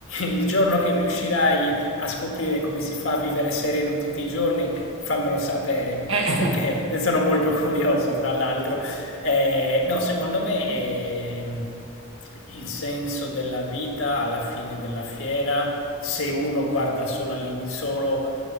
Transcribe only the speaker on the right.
Eh,
eh, eh, sì.